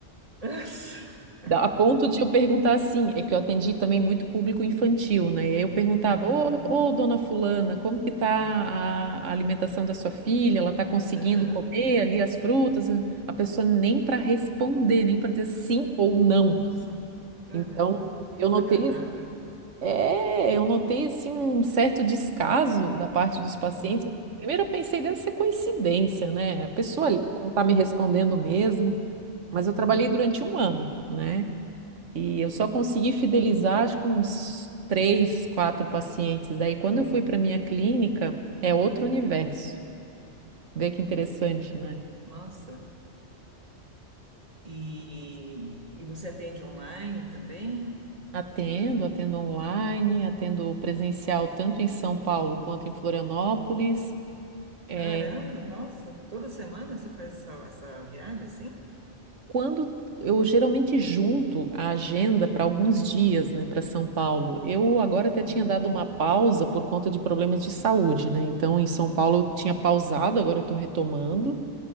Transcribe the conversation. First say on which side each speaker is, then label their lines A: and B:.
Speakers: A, on the right; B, on the right.
A: <laughs>
B: Da- A ponto de eu perguntar assim, é que eu atendi também muito público infantil, né? E aí eu perguntava,
A: Hum,
B: ô, ô, dona fulana, como que tá a,
A: é,
B: a alimentação da sua filha? Ela tá conseguindo
A: aham.
B: comer ali as frutas? A pessoa nem para responder, nem para dizer sim ou não.
A: Nossa, caramba,
B: Então,
A: que
B: eu
A: desagradável.
B: notei, é, eu notei assim um certo descaso da parte dos
A: Uhum,
B: pacientes. Primeiro eu pensei, deve ser coincidência, né? A pessoa ali não tá me respondendo mesmo, mas
A: uhum,
B: eu trabalhei durante um ano, né? E eu só consegui fidelizar, acho que uns três, quatro pacientes. Daí,
A: uhum.
B: quando eu fui para minha clínica, é outro universo. Vê que interessante, né?
A: Nossa. E, e você atende online também?
B: Atendo, atendo online, atendo presencial tanto em São Paulo
A: Uhum.
B: quanto em Florianópolis. É,
A: Caramba, nossa, toda semana você faz essa, essa viagem assim?
B: quando eu geralmente junto a agenda para alguns dias, né, para São Paulo. Eu agora até tinha
A: Hum,
B: dado uma pausa por conta de problemas de saúde, né? Então, em São Paulo eu tinha pausado, agora eu estou retomando.